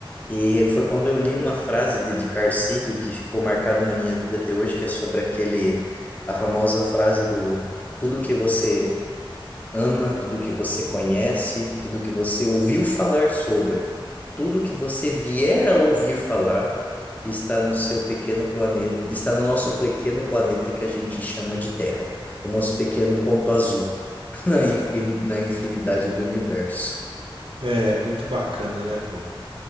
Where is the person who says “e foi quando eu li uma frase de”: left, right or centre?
Left